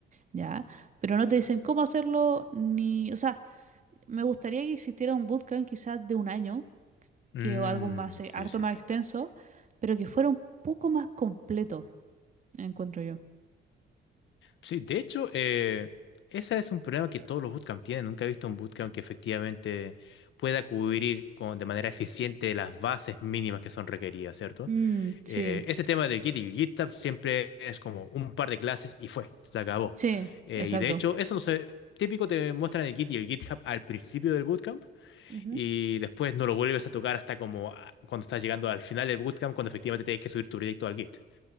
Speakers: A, on the right (about 40°); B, on the left (about 75°).
A: ¿ya? Pero no te dicen cómo hacerlo ni... O sea, me gustaría que existiera un bootcamp quizás de un año
B: Mm,
A: que o algo más, eh,
B: sí,
A: harto
B: sí,
A: más
B: sí.
A: extenso, pero que fuera un poco más completo, encuentro yo.
B: Sí, de hecho, eh, ese es un problema que todos los bootcamps tienen. Nunca he visto un bootcamp que efectivamente pueda cubrir con, de manera eficiente las bases mínimas que son requeridas, ¿cierto?
A: Mm, sí,
B: Eh, ese tema del Git y GitHub siempre es como un par de clases y fue, se acabó.
A: sí,
B: Eh,
A: exacto.
B: y de hecho, eso no sé, típico te muestran el Git y el GitHub al principio del bootcamp
A: Ujú.
B: y después no lo vuelves a tocar hasta como ah, cuando estás llegando al final del bootcamp, cuando efectivamente tienes que subir tu proyecto al Git.